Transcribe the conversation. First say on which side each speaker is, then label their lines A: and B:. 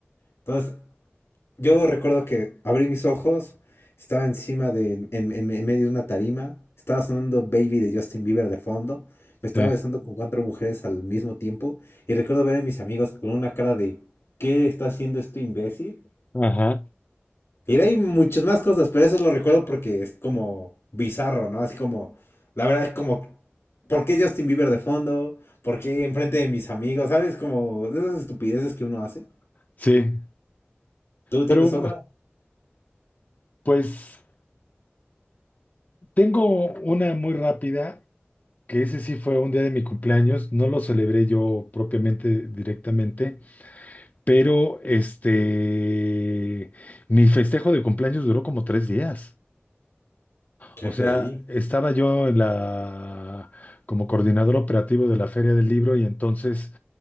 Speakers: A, on the left; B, on the left.
A: Entonces, yo recuerdo que abrí mis ojos, estaba encima de, en, en- en medio de una tarima, estaba sonando Baby de Justin Bieber de fondo, me estaba
B: sí,
A: besando con cuatro mujeres al mismo tiempo y recuerdo ver a mis amigos con una cara de ¿qué está haciendo este imbécil?
B: ajá,
A: Y de ahí muchas más cosas, pero eso lo recuerdo porque es como bizarro, ¿no? Así como, la verdad es como, ¿por qué Justin Bieber de fondo? ¿Por qué enfrente de mis amigos? ¿Sabes? Como de esas estupideces que uno hace.
B: sí.
A: ¿Tú tienes
B: Pero
A: otra?
B: pues tengo una muy rápida, que ese sí fue un día de mi cumpleaños, no lo celebré yo propiamente directamente, pero este, mi festejo de cumpleaños duró como tres días.
A: GPI.
B: O sea, estaba yo en la, como coordinador operativo de la Feria del Libro y entonces